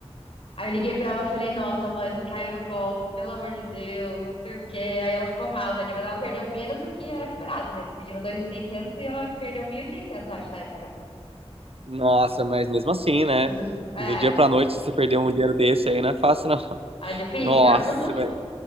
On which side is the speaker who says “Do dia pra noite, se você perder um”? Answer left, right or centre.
Right